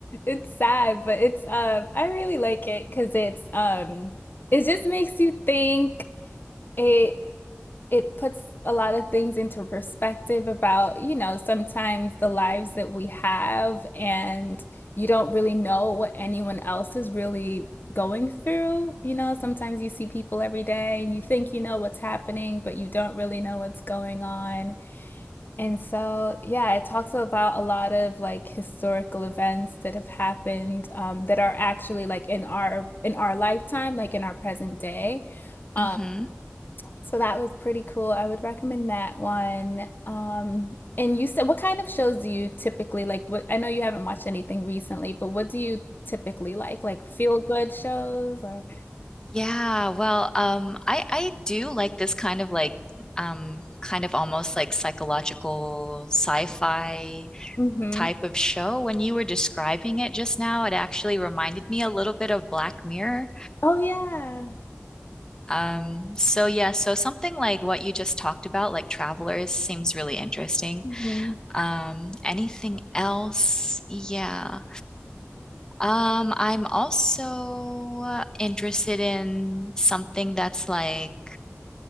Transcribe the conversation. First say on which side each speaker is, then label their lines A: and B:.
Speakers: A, on the left; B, on the left.
A: It's sad, but it's um I really like it because it's um it just makes you think. It it puts a lot of things into perspective about, you know, sometimes the lives that we have and you don't really know what anyone else is really going through. You know, sometimes you see people every day and you think you know what's happening, but you don't really know what's going on. And so, yeah, it talks about a lot of like historical events that have happened um, that are actually like in our in our lifetime, like in our present day. Um,
B: hmm
A: so that was pretty cool. I would recommend that one. Um, and you said, what kind of shows do you typically like? What I know you haven't watched anything recently, but what do you typically like? Like feel good shows or?
B: Yeah, well, um, I I do like this kind of like um kind of almost like psychological sci-fi
A: hmm
B: type of show. When you were describing it just now, it actually reminded me a little bit of Black Mirror.
A: Oh yeah.
B: Um, so yeah, so something like what you just talked about, like Travelers, seems really interesting.
A: hmm
B: Um, anything else? Yeah. Um, I'm also uh, interested in something that's like